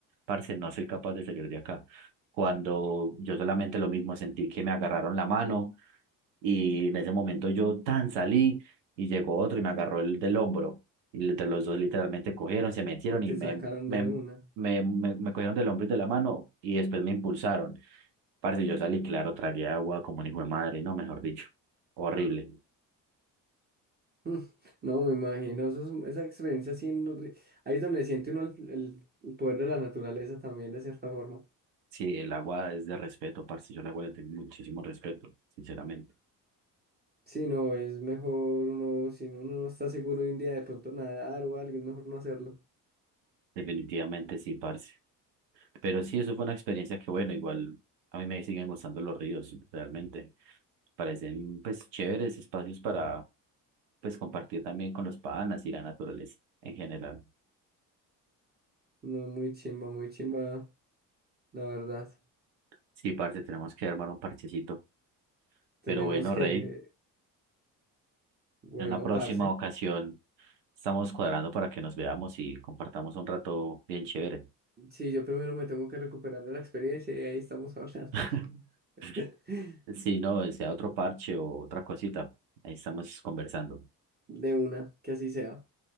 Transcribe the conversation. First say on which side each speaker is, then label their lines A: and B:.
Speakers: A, on the right (about 75°); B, on the right (about 20°).
A: parce, no soy capaz de salir de acá. Cuando yo solamente lo mismo sentí que me agarraron la mano y en ese momento yo tan salí y llegó otro y me agarró el del hombro. Y entre los dos literalmente cogieron, se metieron
B: y te
A: y me,
B: sacaron
A: me,
B: de una.
A: me,
B: <laughs>
A: me, me cogieron del hombro y de la mano y después me impulsaron. Parce, yo salí, claro, tragué agua como un hijo de madre, no, mejor dicho, horrible.
B: Mm, No, me imagino, eso es- esa experiencia así, en un ri- ahí es donde siente uno el el- el poder de la naturaleza también, de cierta forma.
A: Sí, el agua es de respeto, parce, yo el agua le tengo muchísimo respeto, sinceramente.
B: Sí, no, es mejor uno, si uno no está seguro de un día de pronto nadar o algo, es mejor no hacerlo.
A: Definitivamente sí, parce. Pero sí, eso fue una experiencia que, bueno, igual a mí me siguen gustando los ríos, realmente. Parecen, pues, chéveres espacios para, pues, compartir también con los panas y la naturaleza en general.
B: No, muy chimba, muy chimba, la verdad.
A: Sí, parce, tenemos que armar un parchecito.
B: Tenemos
A: Pero bueno,
B: que,
A: Rey,
B: bueno,
A: en una próxima
B: parce.
A: ocasión estamos cuadrando para que nos veamos y compartamos un rato bien chévere.
B: Sí, yo primero me tengo que recuperar de la experiencia y ahí estamos hablando.
A: <laughs>
B: <laughs>
A: Sí, no, sea otro parche o otra cosita. Ahí estamos conversando.
B: De una, que así sea.